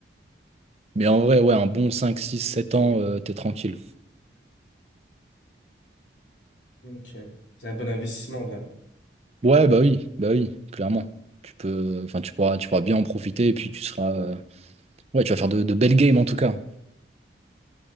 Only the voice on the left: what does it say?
Ok,
ok. C'est un bon investissement, en